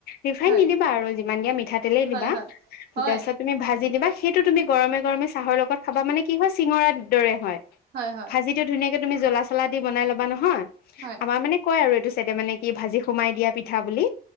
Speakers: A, on the left; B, on the right.
A: ৰিফাইন
B: হয়
A: নিদিবা আৰু যিমান দিয়া মিঠাতেলেই
B: হয়
A: দিবা
B: হয় হয়
A: তাৰপিছত তুমি ভাজি দিবা সেইটো তুমি গৰমে গৰমে চাহৰ লগত খাবা মানে কি হয় চিঙৰাৰ দৰে হয়
B: হয় হয়
A: ভাজিিতটো ধুনীয়াাক তুমি জ্বলা চলা দি বনাই ল'বা নহয়
B: হয়
A: আমাৰ মানে কয় আৰু এইটো চাইডে মানে কি ভাজি সোমাই দিয়া পিঠা বুলি